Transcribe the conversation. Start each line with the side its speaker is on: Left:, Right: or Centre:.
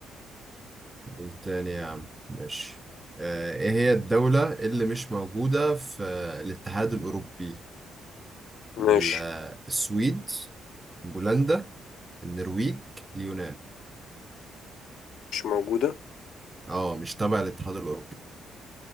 Right: والتاني يا عم ماشي آه ايه هي الدولة اللي مش موجودة في الاتحاد الأوروبي؟ ال-
Left: ماشي
Right: آه، السويد، بولندا، النرويج، اليونان
Left: مش موجودة
Right: اه مش تبع الاتحاد الأوروبي